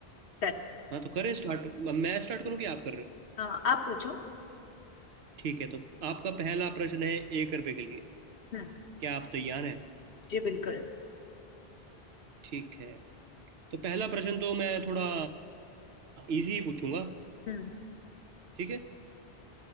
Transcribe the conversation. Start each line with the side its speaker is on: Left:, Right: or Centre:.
Left: डन
Right: हाँ तो करें स्टार्ट मैं स्टार्ट करूँ कि आप कर रहे हो
Left: हाँ आप पूछो
Right: ठीक है तो आपका पहला प्रश्न है एक रुपए के लिए
Left: हम्म
Right: क्या आप तैयार हैं
Left: जी बिल्कुल
Right: ठीक है तो पहला प्रश्न तो मैं थोड़ा इजी पूछूंगा
Left: हम्म
Right: ठीक है